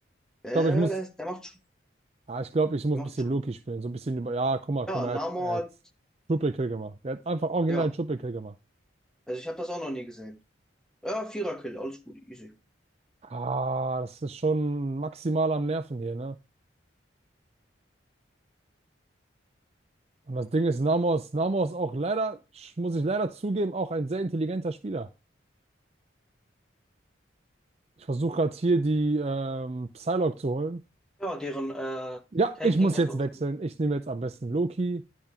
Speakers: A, in the centre; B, on the right.
A: Äh,
B: Ich glaube, ich muss,
A: der, ist- der macht, sch-
B: ja, ich glaube, ich muss
A: der
B: ein
A: macht
B: bisschen Loki spielen. So ein bisschen über, ja, guck mal,
A: Ja,
B: guck mal,
A: Namor,
B: er hat, er hat
A: hat-
B: Triple Kill gemacht. Er hat einfach original
A: ja.
B: Triple Kill gemacht.
A: Also ich habe das auch noch nie gesehen. Ja, Vierer-Kill, alles gut, easy.
B: Ah, das ist schon maximal am Nerven hier, ne? Und das Ding ist, Namor. ist, Namo ist auch leider, sch- muss ich leider zugeben, auch ein sehr intelligenter Spieler. Ich versuche gerade hier die ähm, Psylocke zu holen.
A: Ja, deren äh,
B: Ja,
A: Tank
B: ich muss
A: ging jetzt
B: jetzt
A: auch.
B: wechseln. Ich nehme jetzt am besten Loki,